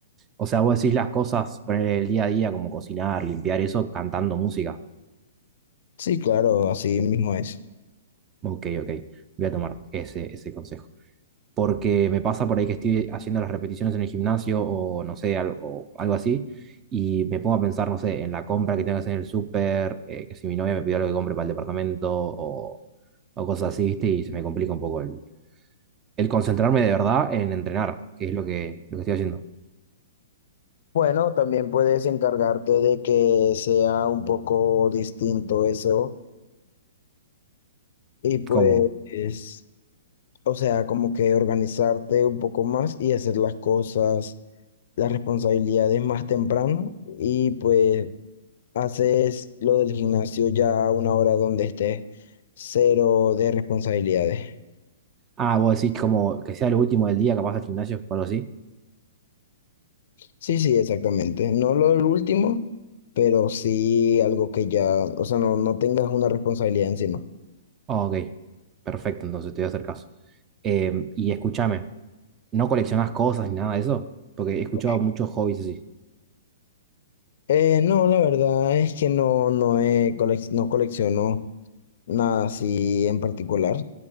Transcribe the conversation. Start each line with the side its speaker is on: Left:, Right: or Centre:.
Right: O sea, vos decís las cosas, poner el día a día, como cocinar, limpiar eso, cantando música.
Left: Sí, claro, así mismo es.
Right: Ok, ok, voy a tomar ese, ese consejo. porque me pasa por ahí que estoy haciendo las repeticiones en el gimnasio o no sé, algo, o algo así, y me pongo a pensar, no sé, en la compra que tengo que hacer en el súper, eh, que si mi novia me pidió algo que compre para el departamento o, o cosas así, ¿viste? Y se me complica un poco el, el concentrarme de verdad en entrenar, que es lo que, lo que estoy haciendo.
Left: Bueno, también puedes encargarte de que sea un poco distinto eso y pues...
Right: Como,
Left: O sea, como que organizarte un poco más y hacer las cosas, las responsabilidades más temprano y pues haces lo del gimnasio ya a una hora donde estés cero de responsabilidades.
Right: ah, vos decís como que sea lo último del día, capaz al gimnasio o algo así.
Left: Sí, sí, exactamente. No lo el último, pero sí algo que ya, o sea, no, no tengas una responsabilidad encima.
Right: Ah, ok, perfecto, entonces te voy a hacer caso. Em, y escúchame, ¿no coleccionás cosas ni nada de eso? Porque he escuchado
Left: Ok.
Right: muchos hobbies así.
Left: Eh, no, la verdad es que no, no, he colec- no colecciono nada así en particular.